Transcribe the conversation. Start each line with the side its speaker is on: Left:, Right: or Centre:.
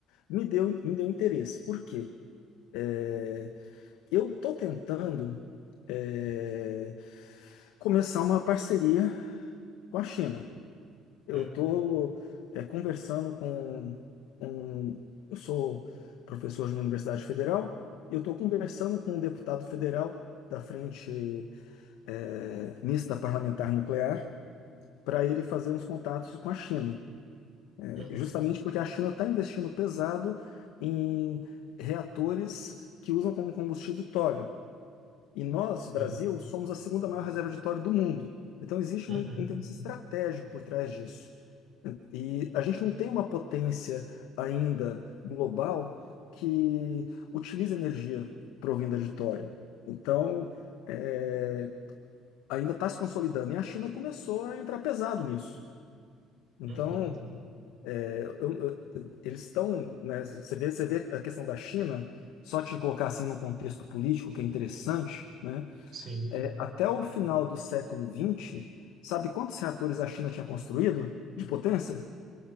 Left: me deu, me deu interesse. Por quê? É, eu estou tentando, é, começar uma parceria com a China. Eu
Right: Uhum,
Left: estou conversando com um. Eu sou professor de uma universidade federal e eu estou conversando com um deputado federal da Frente eh, Mista Parlamentar Nuclear para ele fazer uns contatos com a China, Eh,
Right: uhum,
Left: justamente porque a China está investindo pesado em reatores que usam como combustível tório. E nós, Brasil,
Right: sim.
Left: somos a segunda maior reserva de tório do mundo. Então existe
Right: Uhum,
Left: um interesse estratégico por trás disso. E a gente não tem uma potência ainda global que utiliza energia provinda de tório. Então, é, ainda está se consolidando. E a China começou a entrar pesado nisso. Então,
Right: uhum,
Left: é, eu- eu- eles estão, né, você vê, você vê a questão da China, só te colocar assim num contexto político que é interessante, né?
Right: sim.
Left: É, até o final do século XX, sabe quantos reatores a China tinha construído de potência?